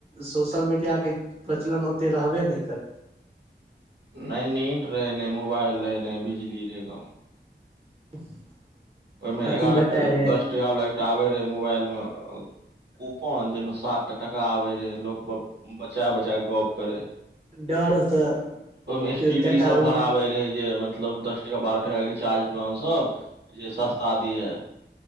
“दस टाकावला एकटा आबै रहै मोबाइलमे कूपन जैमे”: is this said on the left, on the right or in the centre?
Right